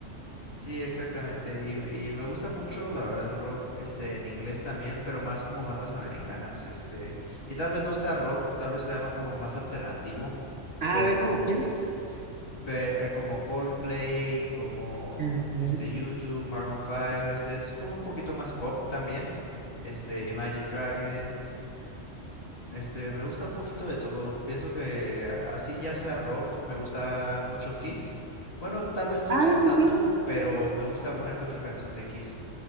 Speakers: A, on the left; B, on the right.
A: Sí, exactamente. Y, me y me gusta mucho, la verdad, el rock, este, en inglés también, pero más como bandas americanas, este, y tal vez no sea rock, tal vez se llama como más alternativo,
B: Ah,
A: pero
B: a ver, ¿cómo quién?
A: pe- eh, como Coldplay, como
B: Ah,
A: mm,
B: ok.
A: este YouTube, Maroon Five, este es como un poquito más pop también, este, Imagine Dragons, este, me gusta un poquito de todo. Pienso que a- así ya sea rock, me gusta mucho Kiss. Bueno, tal vez no
B: Ah,
A: sé tanto,
B: ok.
A: pero me gusta una que otra canción de Kiss.